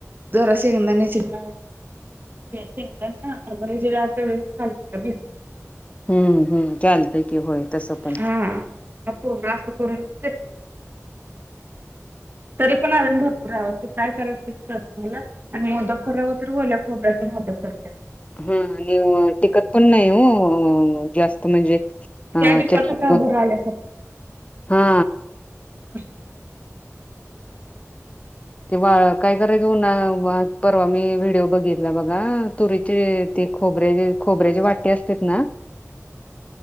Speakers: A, on the right (about 40°); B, on the left (about 25°).
A: जरा शेंगदाण्याची डाळ. शेंगदाणा हरभऱ्याची डाळ थोडीशी घालते. भिजवून.
B: हम्म हम्म चालतय. की होय तसं पण
A: हा, खोबरं असतं परत तिथे तरी पण अजून भरपूर आहे काय करायचे तेच कळत नाही मला आणि मोदक करावं तर ओल्या खोबऱ्याच. मदत करत्या.
B: हा आणि टिकत पण नाही ओ, जास्त म्हणजे. हा
A: त्या दिवसात
B: चटणी
A: आता
B: मध्ये
A: भुर आल्यासारखं
B: हा.
A: <unintelligible>
B: ते वाळ काय करायच उन्हाळा परवा मी व्हिडिओ बघितला बघा. तुरीचे खोबऱ्या खोबऱ्याचे वाटी असतेत ना!
A: हम <inaudible>